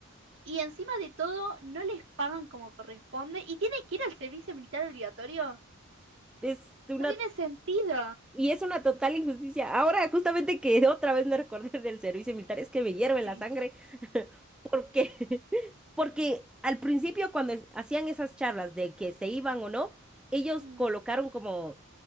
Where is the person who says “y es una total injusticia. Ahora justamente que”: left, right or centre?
Centre